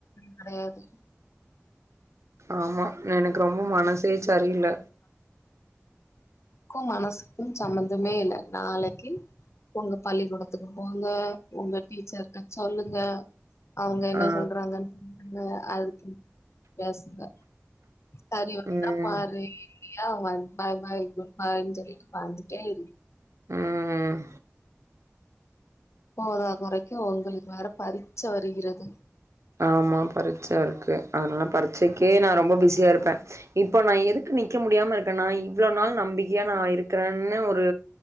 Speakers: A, on the left; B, on the right.
A: கெடையாது
B: ஆமா எனக்கு ரொம்ப மனசே சரியில்ல
A: கு மனசுக்கு சம்பந்தமே இல்ல நாளைக்கு ஒங்க பள்ளிக்கூடத்துக்கு போங்க ஒங்க டீச்சர்ட்ட சொல்லுங்க அவங்க என்ன
B: ஆ
A: சொல்றாங்கன் கே <inaudible> அதுக்கு <inaudible> பேசுங்க சரி வருதா
B: ம்
A: பாரு இல்லையா வந் <unintelligible> பாய் பாய் குட் பாய்னு சொல்லிட்டு வந்துட்டே இரு
B: ம் ம்
A: போதா கொறைக்கு ஒங்ளுக்கு வேற பரீட்ச்ச வருகிறது
B: ஆமா பரீட்ச இருக்கு அதனால பரீட்ச்சைக்கே நா ரொம்ப பிஸியா இருப்பே இப்போ நா எதுக்கு நிக்க முடியாம இருக்கனா இவ்ளோ நாள் நம்பிக்கையா நா இருக்குறன்னு ஒரு